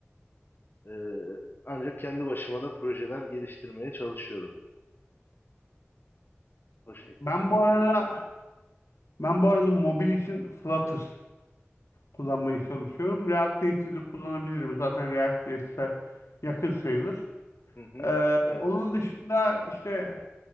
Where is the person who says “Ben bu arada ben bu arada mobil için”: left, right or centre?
Left